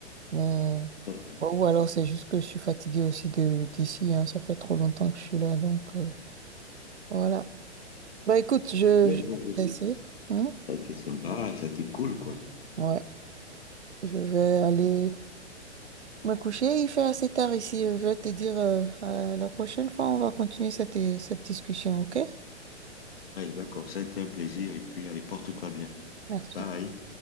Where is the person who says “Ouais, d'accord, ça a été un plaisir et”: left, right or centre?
Left